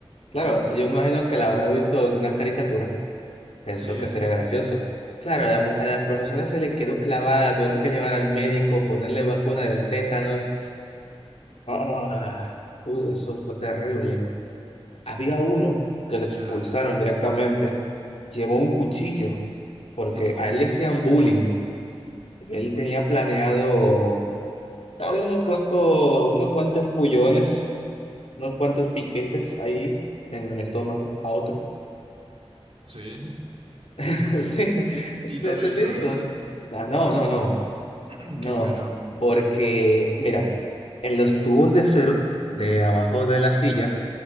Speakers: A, on the left; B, on the right.
A: Claro,
B: No.
A: yo imagino que la habrá visto en una caricatura. Pensó
B: Sí.
A: que sería gracioso. Claro, a la, mu- a la profesora se le quedó clavada, tuvieron que llevar al médico, ponerle vacuna del tétanos. Ah, uh, eso fue terrible. Había uno que
B: Ya.
A: le expulsaron directamente, llevó un cuchillo
B: Mm,
A: porque
B: No.
A: a él le hacían bullying. Él tenía planeado darle unos cuantos, unos cuantos pullones, unos cuantos piquetes ahí en el estómago a otro.
B: Sí.
A: <laughs> Sí,
B: Y
A: te,
B: no lo
A: te-
B: hizo,
A: te digo.
B: ¿verdad?
A: Ah, No, no, no.
B: <clears throat>
A: No,
B: Qué bueno.
A: porque mira, en los tubos de acero de abajo de la silla,